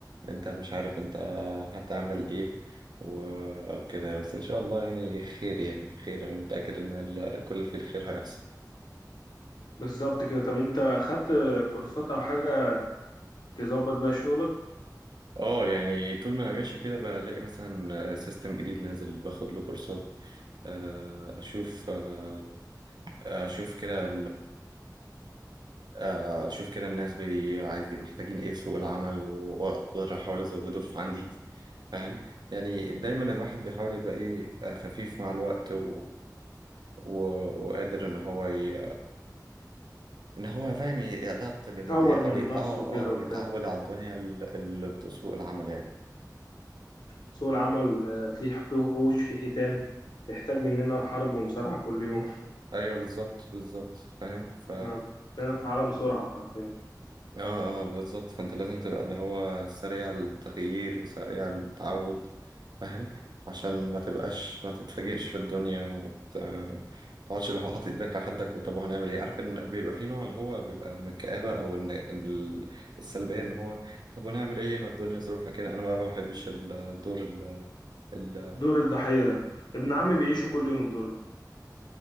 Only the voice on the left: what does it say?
بالظبط كده طب انت خدت كورسات او حاجه تظبط بيها شغلك
يطور
من
نفسه
كده
وبتاع
سوق العمل آه، فيه فيه وحوش فيه حيتان بيحتاج مننا حرب ومصارعه كل يوم <laughs>
احنا بقينا في عالم سرعه حرفيا
دور الضحيه ده ابن عمي بيعيشه كل يوم الدور ده